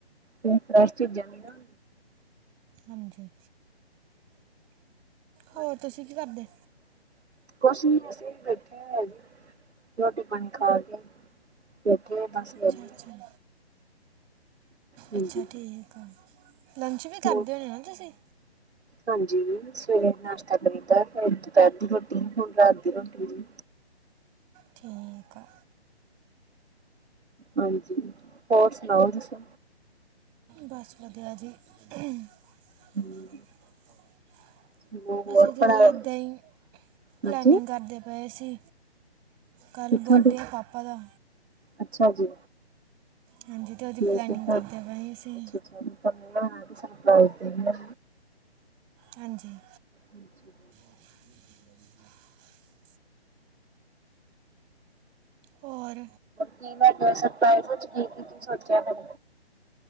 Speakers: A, on the right; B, on the right.
A: ਫਰੈਸ਼ ਚੀਜ਼ਾਂ ਨਈ ਨਾ।
B: ਹਾਂਜੀ, ਹੋਰ
A: ਅੱਜ ਕੱਲ
B: ਤੁਸੀਂ
A: ਤੇ
B: ਕੀ ਕਰਦੇ?
A: ਕੁਛ ਨੀਂ ਅਸੀਂ ਬੈਠੇ ਹਾਂ ਜੀ ਰੋਟੀ-ਪਾਨੀ ਖਾ ਕੇ ਬੈਠੇ ਬਸ
B: ਅੱਛਾ-ਅੱਛਾ,
A: ਵੇਲੇ ਹਾਂਜੀ।
B: ਅੱਛਾ ਠੀਕ ਆ। ਲੰਚ ਵੀ ਕਰਦੇ
A: ਹੋਰ
B: ਹੋਨੇ ਨਾ ਤੁਸੀਂ?
A: ਹਾਂਜੀ ਸਵੇਰੇ ਨਾਸ਼ਤਾ ਕਰੀਦਾ ਫੇਰ ਦੁਪੈਰ ਦੀ ਰੋਟੀ ਹੁਣ ਰਾਤ ਦੀ ਰੋਟੀ।
B: ਠੀਕ ਆ।
A: ਹਾਂਜੀ, ਹੋਰ ਸੁਣਾਓ ਤੁਸੀ?
B: ਬਸ ਵਧੀਆ ਜੀ। <unintelligible>
A: ਹਮ, ਚਲੋ ਹੋਰ
B: ਅਸੀਂ ਜਿਵੇ
A: ਪੜ੍ਹਾ
B: ਏਦਾਂ ਈ ਪਲੈਨਿੰਗ
A: ਹਾਂਜੀ
B: ਕਰਦੇ ਪਏ ਸੀ। ਕੱਲ
A: ਕਿੱਥੋਂ
B: ਬਰਡੇ
A: ਦੀ
B: ਆ ਪਾਪਾ ਦਾ।
A: ਅੱਛਾ ਜੀ।
B: ਹਾਂਜੀ ਤੇ ਓਦੀ
A: ਠੀਕ
B: ਪਲੈਨਿੰਗ
A: ਹੈ।
B: ਕਰਦੇ ਪਏ ਸੀ।
A: <unintelligible> ਸਰਪ੍ਰਾਈਜ਼ ਦਿੰਨੇ ਆ।
B: ਹਾਂਜੀ।
A: ਹਾਂਜੀ।
B: <inaudible> ਹੋਰ?
A: <unintelligible> ਸਰਪ੍ਰਾਈਜ਼ ਵਿੱਚ ਕੀ ਕੀ ਸੋਚਿਆ ਫੇਰ?